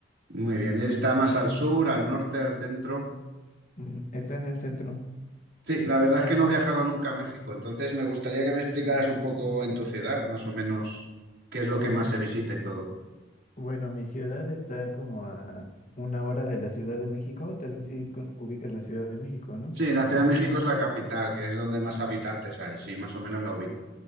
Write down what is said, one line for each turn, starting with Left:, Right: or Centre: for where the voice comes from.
Right: Muy bien. ¿Está más al sur, al norte, al centro?
Left: Mm, Está en el centro.
Right: Sí, la verdad es que no he viajado nunca a México, entonces me gustaría que me explicaras un poco en tu ciudad, más o menos, qué es lo que
Left: Eh,
Right: más se visita y todo.
Left: bueno, mi ciudad está como a una hora de la Ciudad de México. Tal vez sí con- ubicas la Ciudad de México, ¿no?
Right: Sí, la Ciudad
Left: Que es-
Right: de México es la capital, que es donde
Left: ajá.
Right: más habitantes hay, sí, más o menos la ubico.
Left: sí.